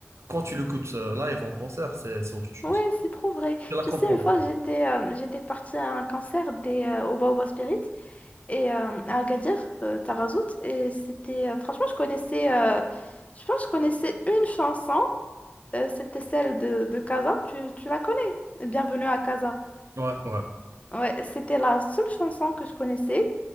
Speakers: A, on the right; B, on the left.
A: quand tu l'écoutes euh, live en concert, c'est c'est autre chose.
B: Ouais, c'est trop vrai.
A: Tu la
B: Tu
A: comprends.
B: sais, une fois, j'étais euh, j'étais partie à un concert des euh, Oba Oba Spirit et euh, à Agadir, euh, Tarazout, et c'était euh, franchement, je connaissais euh, je pense que je connaissais une chanson, euh, c'était celle de, de Casa. Tu, tu la connais? Bienvenue à Casa.
A: Ouais, ouais.
B: Ouais, c'était la seule chanson que je connaissais,